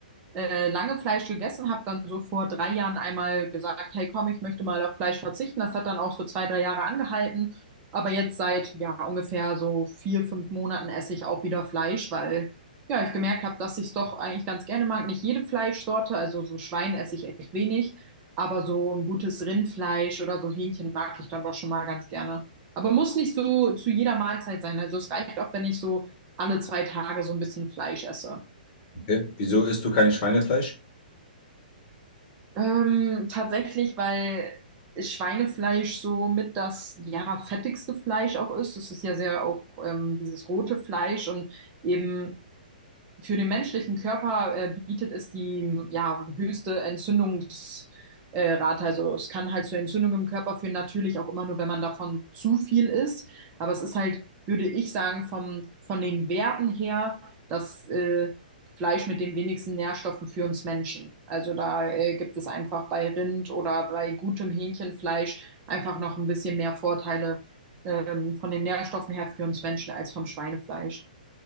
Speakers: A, on the right (about 30°); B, on the left (about 35°).
A: äh, lange Fleisch gegessen, habe dann so vor drei Jahren einmal gesagt, hey komm, ich möchte mal auf Fleisch verzichten. Das hat dann auch so zwei, drei Jahre angehalten. Aber jetzt seit ja ungefähr so vier, fünf Monaten esse ich auch wieder Fleisch, weil ja ich gemerkt habe, dass ich es doch eigentlich ganz gerne mag. Nicht jede Fleischsorte, also so Schwein esse ich echt wenig, aber so ein gutes Rindfleisch oder so Hähnchen mag ich dann doch schon mal ganz gerne. Aber muss nicht so zu jeder Mahlzeit sein. Also es reicht auch, wenn ich so alle zwei Tage so ein bisschen Fleisch esse.
B: Okay. Wieso isst du kein Schweinefleisch?
A: Ähm, tatsächlich, weil Schweinefleisch so mit das ja fettigste Fleisch auch ist. Es ist ja sehr auch ähm, dieses rote Fleisch und eben für den menschlichen Körper äh, bietet es die ja, höchste Entzündungsrate. Äh, Rate. also es kann halt zu Entzündungen im Körper führen, natürlich auch immer nur, wenn man davon zu viel isst. Aber es ist halt, würde ich sagen, vom, von den Werten her, das äh, Fleisch mit den wenigsten Nährstoffen für uns Menschen. Also da äh, gibt es einfach bei Rind oder bei gutem Hähnchenfleisch einfach noch ein bisschen mehr Vorteile ähm, von den Nährstoffen her für uns Menschen als vom Schweinefleisch.